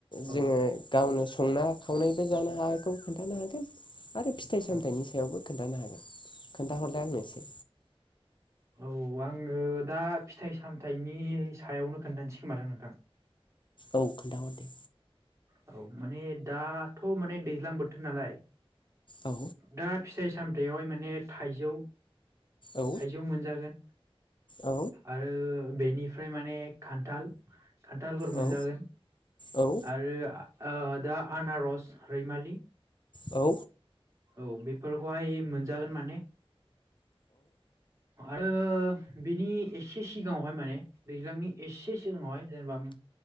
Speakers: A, on the right; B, on the left.
A: औ
B: जोङो गावनो संना खावनानैबो जानो हागौ खोन्थानो हागोन आरो फिथाइ
A: औ
B: सामथाइनि सायावबो खोन्थानो हागोन खोन्था हरदो आंनो इसे
A: औ आङो दा फिथाइ सामथायाइनि सायावनो खोन्थानोसै खोमो ना नोंथां
B: औ खोन्थाहर दे
A: औ माने दाथ' माने दैज्लां बोथोर नालाय
B: औ
A: दा फिथाइ साम बेवहाय माने थाइजौ
B: औ
A: थाइजौ मोनजागोन
B: औ
A: आरो बेनि फ्राय माने खान्थाल खान्थालफोर मोनजागोन
B: औ औ
A: आरो दा आनारस रैमालि
B: औ
A: औ बेफोरखौहाय मोनजागोन माने आ बिनि एसे सिगाङावहाय माने दैज्लांनि एसे सिगाङावहाय जेनेबा